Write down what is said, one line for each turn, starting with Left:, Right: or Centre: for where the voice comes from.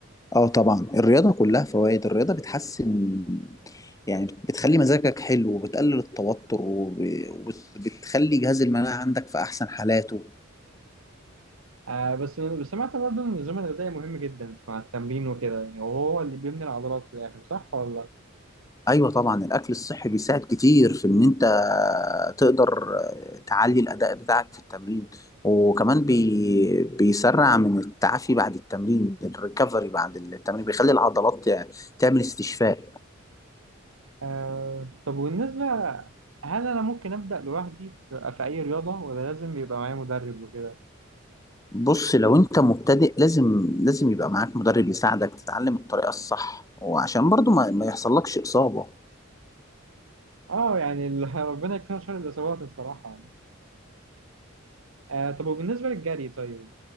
Left: اه طبعا الرياضه كلها فوائد الرياضه بتحسن يعني بتخلي مزاجك حلو وبتقلل التوتر وب- وبتخلي جهاز المناعه عندك في احسن حالاته
Right: آه بس بس سمعت برضه إن النظام الغذائي مهم جدا مع التمرين وكده يعني وهو اللي بيبني العضلات في الآخر صح ولا؟
Left: ايوه طبعا الاكل الصحي بيساعد كتير في ان انت تقدر تعلي الاداء بتاعك في التمرين وكمان بي بيسرع من التعافي بعد التمرين الريكفري بعد التمرين بيخلي العضلات تعمل استشفاء
Right: آه طب والنسبة هل أنا ممكن أبدأ لوحدي في في أي رياضة ولا لازم يبقى معايا مدرب وكده؟
Left: بص لو انت مبتدئ لازم لازم يبقى معاك مدرب يساعدك تتعلم الطريقة الصح وعشان برضو ما, ما يحصلكش إصابة
Right: آه يعني ال- <laughs> ربنا يكفينا شر الإصابات الصراحة آه طب وبالنسبة للجري طيب؟